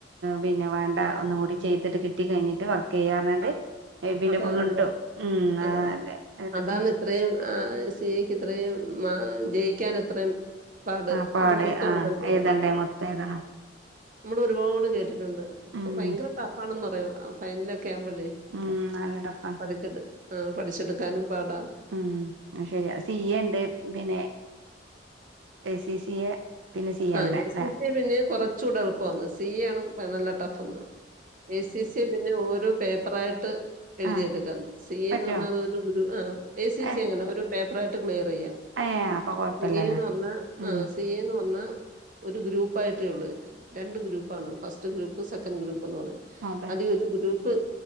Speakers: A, on the right; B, on the right.
A: പിന്നെ വേണ്ട ഒന്നും കൂടി ചെയ്തിട്ട് കിട്ടി കഴിഞ്ഞിട്ട് വർ ക്ക് ചെയ്യാറ്ഞ്ഞാണ്ട്
B: ആ
A: പിന്നെ
B: അതാ
A: വീണ്ടും
B: നല്ലത്.
A: ഉം
B: ആ
A: അതല്ലെ എന്നട്ട്
B: അതാണ് ഇത്രയും ആഹ് സെ എ ക്ക് എത്രയും മാ ജയിക്കാൻ ഇത്രയും പാട്
A: ആ പാട്
B: അത് മൊത്തവുംഎഴുതണ്ടേ
A: ആ എഴുതണ്ടേ മൊത്തം എഴുതണം
B: നമ്മൾ ഒരുപാട് കേട്ടിട്ടുണ്ട്
A: ഉം
B: ഭയങ്കര ടഫ്ഫാണെന്ന് പറയും ഫൈനലൊക്കെ ആകുമ്പോഴേ
A: ഉം നല്ല ടഫ്ഫ
B: പഠിച്ചിട്ട് ആഹ് പഠിച്ചെടുക്കാനും പാടാ
A: ഉംഅത് ശരിയാ സി എ ഉണ്ട് പിന്നെ സി സി എ പിന്നെ സി
B: ആഹ്
A: എം
B: എ
A: അല്ലെ
B: സി സ പിന്നെയും കുറച്ച കൂടെ എളുപ്പാന്ന് സി എ ആണ് നല്ല ടഫ്ഫ് ന്ന് എ സി സിയെ പിന്നെ ഓരോ പേപ്പറായിട്ട് എഴുതിയെടുക്കാണ്
A: ആ
B: സി എ
A: പറ്റുവോ
B: എന്ന് പറഞ്ഞാൽ അത് ഒരു ഗുരു എ സി
A: ഏ
B: സി അങ്ങനെ ഓരോ പേപ്പറായിട്ട് ക്ലിയർ ചെയ്യാം
A: ഏ അപ്പൊ കൊഴപ്പില്ലല്ലേ
B: സി എ എന്ന് പറഞ്ഞ
A: ഉം
B: ആഹ് സി എ ന്ന് പറഞ്ഞാ ഒരു ഗ്രൂപ്പായിയിട്ടേ ഉള്ളൂ രണ്ട് ഗ്രൂപ്പാണ് ഫസ്റ്റ് ഗ്രൂപ്പ് സെക്കൻഡ് ഗ്രൂപ്പ്ന്ന് പറയാം
A: അതെ
B: അതിൽ ഒരു ഗ്രൂപ്പ്